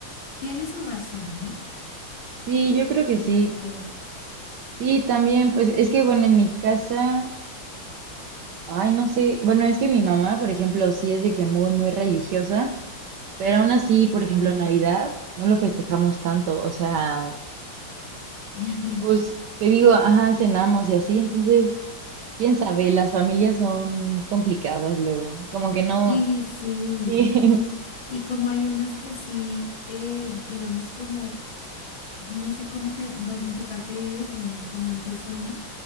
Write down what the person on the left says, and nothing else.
tiene su razón, ¿no?
Como
las creencias.
Ah,
ok.
<laughs>
Y sí,
y como hay unas que sí, eh, digamos como no sé cómo ser, en qué parte vives, bueno, como en qué zona,